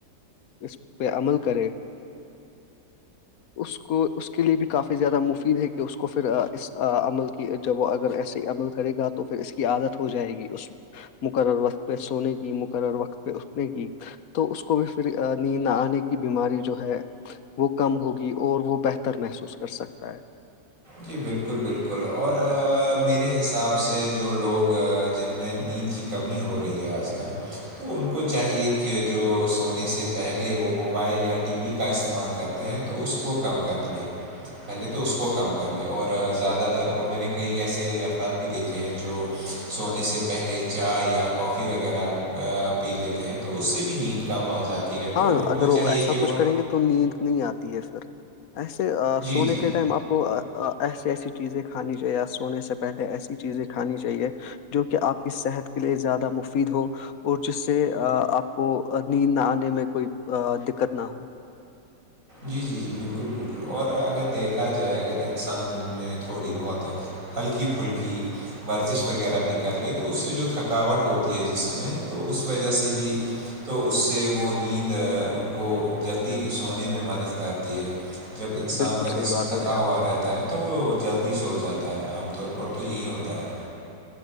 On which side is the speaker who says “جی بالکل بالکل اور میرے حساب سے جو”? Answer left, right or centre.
Right